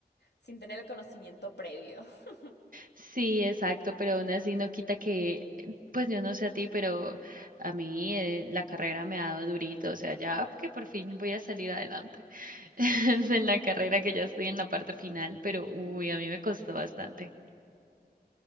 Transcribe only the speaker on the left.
sin tener el conocimiento previo. <laughs>